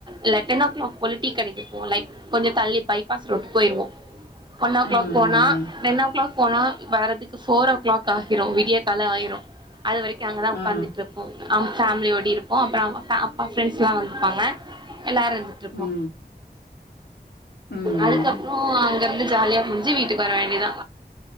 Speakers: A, on the right; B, on the left.
A: இல்ல டென் ஓ கிளாக் போல டீ கடைக்குப்போல லைக் கொஞ்சம் தள்ளி பை பாஸ் ரோட்டுக் போயிருவோ ஒன் ஓ கிளாக்
B: ம்
A: போனா
B: ம்
A: டென் ஓ கிளாக் போனா வரதுக்கு ஃபோர் ஓ கிளாக் ஆகிரும் விடிய கால ஆயிரு அது வரைக்கு அங்க தா
B: ம் ம்
A: ஒக்காந்துட்டுருப் போ அவங்க ஃபேமிலியோடி இருப்போ அப்புறம் அப்பா ஃப்ரெண்ட்ஸ்லா வந்துருப்பாங்க எல்லாரு இருந்துட்டுருப்போ
B: ம் ம்
A: அதுக்கப்றோ
B: ம்
A: அங்க இருந்து ஜாலியா முச்சு வீட்டுக்கு வர வேண்டிதா